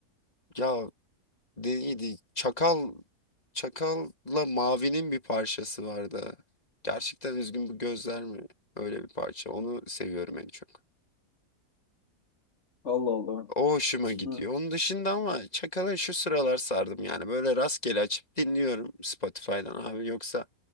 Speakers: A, on the left; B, on the left.
A: Ya neydi? Çakal Çakal'la Mavi'nin bir parçası vardı. Gerçekten üzgün bu gözler mi? Öyle bir parça. Onu seviyorum en çok.
B: Allah Allah.
A: O hoşuma
B: Şimdi
A: gidiyor. Onun dışında ama Çakal'a şu sıralar sardım yani. Böyle rastgele açıp dinliyorum Spotify'dan abi. Yoksa